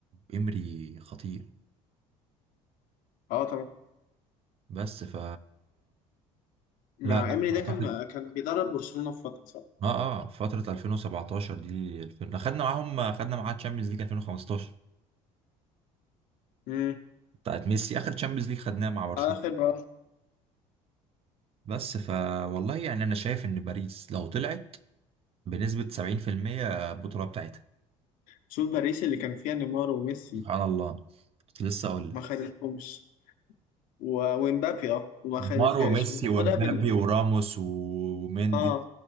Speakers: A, on the right; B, on the left.
A: إمري خطير
B: اه طبعا
A: بس ف
B: ما-
A: لا لا
B: ايمري ده
A: أعتقد
B: كان كان بيدرب برشلونه في فتره صح
A: اه اه فترة 2017 دي 2000 خدنا معاهم خدنا معاها تشامبيونز ليج 2015
B: امم
A: بتاعت ميسي اخر تشامبيونز ليج خدناها مع برشلونة
B: اخر بقى
A: بس ف والله يعني انا شايف ان باريس لو طلعت بنسبة 70% البطولة بتاعتها
B: شوف باريس اللي كان فيها نيمار وميسي
A: سبحان الله كنت لسه اقول
B: ما
A: لك
B: خدتهمش و... ومبابي اه وما
A: نيمار
B: خدتهاش
A: وميسي
B: وتاخدها
A: ومبابي
B: بال
A: وراموس وميندي
B: اه